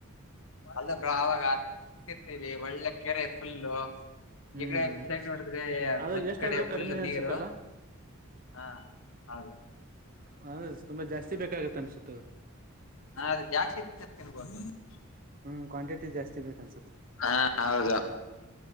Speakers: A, on the left; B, on the right.
A: ಅಲ್ಲ ಬ್ರೋ ಆವಾಗ ಆ <unintelligible> ತಿರ್ತೀವಿ ಒಳ್ಳೆ ಕೆರೆ ಫುಲ್ಲು
B: ಹ್ಮ್
A: ಈಗಡೆ <unintelligible> ಸ ನೋಡಿದ್ರೆ
B: ಅದು
A: ಒಂದ್
B: ಎಷ್ಟಾದ್ರೂ
A: ಕಡೆ ಫುಲ್
B: ಕಡಿಮೆ ಅನ್ಸುತ್ತಲ್ಲ
A: ನೀರು ಹಾ ಹೌದು
B: ಹ ತುಂಬಾ ಜಾಸ್ತಿ ಬೇಕಾಗತ್ತೆ ಅನ್ಸುತ್ತೆ ಅದು
A: ಹಾ ಅದ ಜಾಸ್ತಿ ಇ ತಿನ್ಬೋದು <unintelligible>
B: ಹ್ಮ್ ಕ್ವಾಟಿಾಸ್ತಿ ಬೇಕ ಅನ್ಸರ್ <unintelligible>
A: ಹಾ ಹೌದು